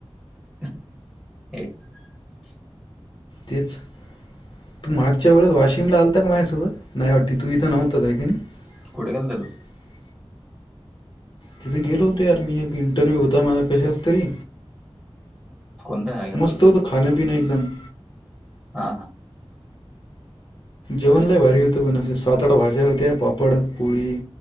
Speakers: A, in the centre; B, on the left.
A: <unintelligible>
B: तेच तू मागच्या वेळेला वाशिमला आलता का माझ्यासोबत नाही वाटते तु इथं नव्हता <unintelligible>
A: कुठे गेलता तू
B: तिथे गेलो होत यार मी एक इंटरव्ह्यू होता माझा कशाचा तरी
A: कोणता <unintelligible>
B: मस्त
A: आपल
B: <unintelligible> एकदम
A: हा
B: जेवण लई भारी होत म्हणे सात आठ भाज्या होत्या पापड पूळी